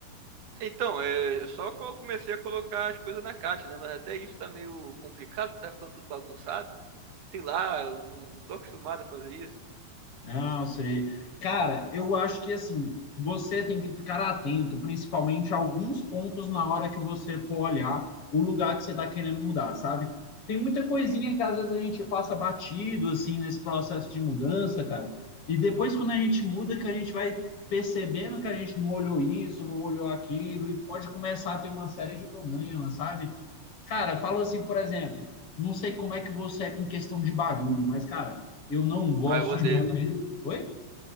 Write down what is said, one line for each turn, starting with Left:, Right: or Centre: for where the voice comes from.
Right: então, é, eu só co- comecei a colocar as coisas na caixa, né? Mas até isso tá meio complicado, tá ficando tudo bagunçado. Sei lá, eu não, não tô acostumado a fazer isso.
Left: Não, sei. Cara, eu acho que assim, você tem que ficar atento, principalmente a alguns pontos na hora que você for olhar o lugar que você está querendo mudar, sabe? Tem muita coisinha
Right: Hum.
Left: que às vezes a gente passa batido assim nesse processo de mudança, cara. E depois quando a gente muda, que a gente vai percebendo que a gente não olhou isso, não olhou aquilo, e pode começar a ter uma série de problemas, sabe? Cara, falou assim, por exemplo, não sei como é que você é com questão de barulho, mas, cara, eu não gosto
Right: Ah, eu odeio.
Left: de morar. Oi?